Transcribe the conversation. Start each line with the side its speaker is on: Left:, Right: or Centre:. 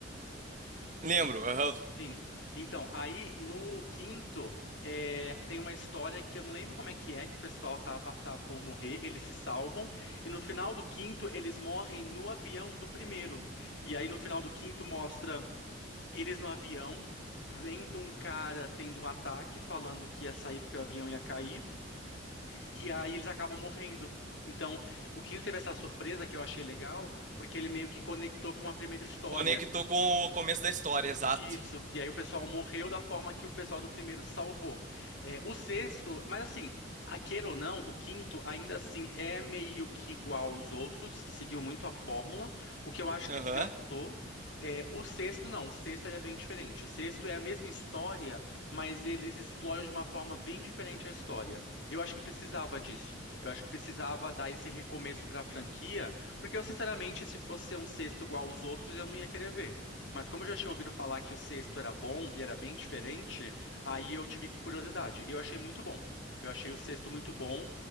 Right: lembro. aham.
Left: Sim. Então, aí no quinto, é, tem uma história que eu não lembro como é que é, que o pessoal tá, pa- tá por morrer, eles se salvam, e no final do quinto, eles morrem no avião do primeiro. E aí no final do quinto mostra eles no avião, vendo um cara tendo um ataque, falando que ia sair porque o avião ia cair. E aí eles acabam morrendo. Então, o Quinto teve essa surpresa que eu achei legal, porque ele meio que conectou com a primeira história.
Right: Conectou com o começo da história, exato.
Left: Isso. E aí o pessoal morreu da forma que o pessoal do primeiro salvou. É, o sexto, mas assim, a queira ou não, o quinto ainda assim é meio que igual aos outros, seguiu muito a fórmula. O que eu acho que
Right: Aham.
Left: desgastou. É, o sexto não, o sexto ele é bem diferente. O sexto é a mesma história, mas eles exploram de uma forma bem diferente a história. Eu acho que precisava disso. Eu acho que precisava dar esse recomeço para a franquia, porque eu sinceramente, se fosse ser um sexto igual aos outros, eu não ia querer ver. Mas como eu já tinha ouvido falar que o sexto era bom e era bem diferente, aí eu tive curiosidade. E eu achei muito bom. Eu achei o sexto muito bom,